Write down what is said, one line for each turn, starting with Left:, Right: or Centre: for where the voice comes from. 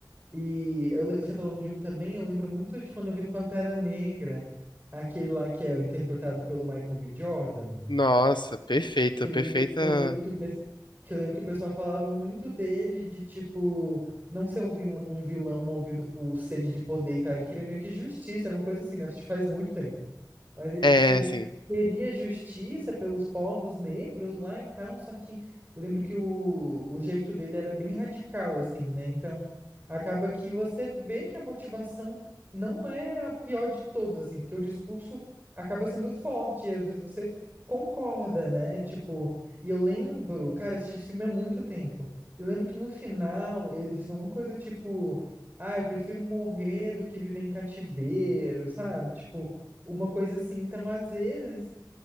Right: E eu le- você falando de um também, eu lembro muito de quando eu vi Pantera Negra, aquele lá que é interpretado pelo Michael B. Jordan,
Left: Nossa, perfeita,
Right: que eu
Left: perfeita.
Right: lembro que eu lembro que o, pes- que eu lembro que o pessoal falava muito dele de tipo não ser um vil- um vilão movido por sede de poder e tal, ele queria meio que justiça, era uma coisa assim, né? Isso faz muito tempo. Mas ele,
Left: É,
Right: tipo,
Left: assim.
Right: queria justiça pelos povos negros lá e tal, só que eu lembro que o, o jeito dele era bem radical, assim, né? Então, acaba que você vê que a motivação não é a pior de todas, assim, porque o discurso acaba sendo forte e às vezes você concorda, né? Tipo, e eu lembro, cara, eu assisti esse filme há muito tempo. Eu lembro que no final ele disse alguma coisa tipo, ah, eu prefiro morrer do que viver em cativeiro, sabe? Tipo, uma coisa assim. Então, às vezes,